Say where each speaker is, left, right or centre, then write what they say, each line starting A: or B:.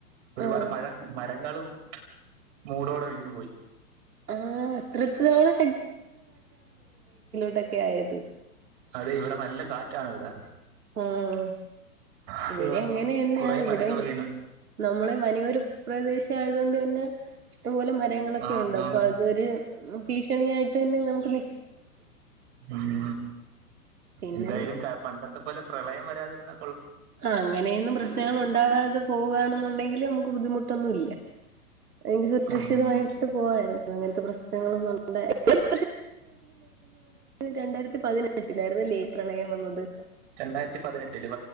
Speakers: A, on the right; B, on the right.
A: ഒരുപാട്
B: ആഹ്
A: മഴ മരങ്ങളും മൂടോടെ വീണ് പോയി
B: ആഹ് അത്രത്തോളം എന്തൊക്കെ ആയത്
A: അതെ ഇവിടെ നല്ല കാറ്റാണ് ഇവിടെ
B: ആഹ
A: അത്
B: ഇവിടെ
A: കാരണം
B: അങ്ങനെന്നെയ
A: കുറെ
B: ഇവിടെ
A: മരങ്ങൾ വീണ്
B: നമ്മള വനയൊരു പ്രദേശ ആയത് കൊണ്ട് തന്നെ ഇഷ്ടംപോലെ മരങ്ങളൊക്കെ
A: ആഹ്
B: ഉണ്ട്
A: ആഹ്
B: അപ്പൊ അതൊരു ഭീഷണി യായിട്ടു തന്നെ നില് -
A: ഉം
B: പിന്നെ
A: എന്തായാലും ക പണ്ട - ഇ പോലെ പ്രളയം വരാതിരുന്ന
B: ആ അങ്ങനെയൊന്നും പ്രശ്നങ്ങൾ ഉണ്ടാവാതെ പോവുകയാണെന്നുണ്ടെങ്കില് നമുക്ക് ബുദ്ധിമുട്ടൊന്നും ഇല്ല. എങ്കിൽ സുരക്ഷിതമായിട്ട്
A: ഉം
B: പോവായിരുന്നു അങ്ങനത്തെ പ്രശ്നങ്ങളൊന്നും <unintelligible> വരുന്നത് രണ്ടായിരത്തിതിനപതി വീട്ടിലായിരുന്നല്ലേ പ്രളയം വന്നത്..?
A: രണ്ടായിരത്തി പതിനെട്ടില്